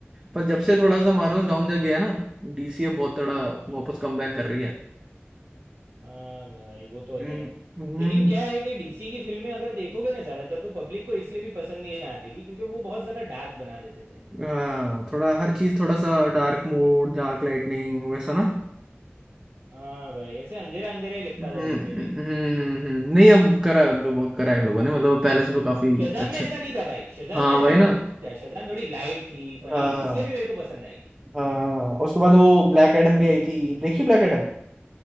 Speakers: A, on the right; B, on the right.
A: पर जब से थोड़ा सा मार्वल्स डाउन दे गया ना डीसीएफ बहुत थोड़ा
B: हाँ
A: वापस कमबैक कर रही है
B: हाँ भाई वो तो
A: हम्म,
B: है
A: हम्म,
B: लेकिन क्या है कि डीसी की फिल्में अगर देखोगे ना ज़्यादातर तो पब्लिक को इसलिए भी पसंद नहीं आती थी क्योंकि वो बहुत ज़्यादा डार्क बना देते थे
A: हाँ थोड़ा हर चीज थोड़ा सा डार्क मोड डार्क लाइटनिंग वैसा ना
B: हाँ भाई ऐसे अंधेरा अंधेरा ही लगता
A: हम्म
B: था
A: हम्म
B: दिन में भी
A: हम्म, हम्म। नहीं अब करा है उन पे बहुत करा है इन लोगों ने मतलब पहले से तो काफी
B: शज़ाम
A: अच्छा
B: में ऐसा नहीं था भाई शज़ाम
A: हाँ
B: में ऐसा
A: वही
B: नहीं
A: ना
B: था शज़ाम थोड़ी लाइट थी फनी
A: हाँ
B: थी इसलिए भी मेरे को पसंद आई
A: हाँ और उसके बाद वो ब्लैक एडम भी आई थी देखी ब्लैक एडम